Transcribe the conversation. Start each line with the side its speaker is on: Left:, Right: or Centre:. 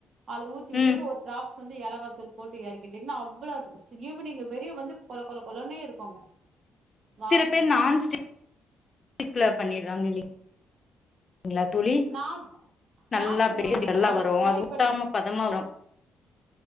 Right: அதுல ஊத்தி வுட்ருங்க
Left: ம்
Right: ஒரு ட்ராப்ஸ் வந்து ஏலக்காத்தூள் போட்டு எறக்கிட்டீங்ன்னா அவ்ளோவ் ஸிஈவினிங்கு வெரிய வந்து கொழ கொழ கொழனே இருக்குங்க வாசன
Left: சில பேர் நான்ஸ்டிக்ல பண்ணிட்றாங்க இல்லைங் களா தோழி
Right: நா
Left: நல்லா
Right: நான்வெஜ்ங்க
Left: பேச <unintelligible> வரும்
Right: ஃப்ரை
Left: அது ஒட்டாம
Right: பண்ண
Left: பதமாவரு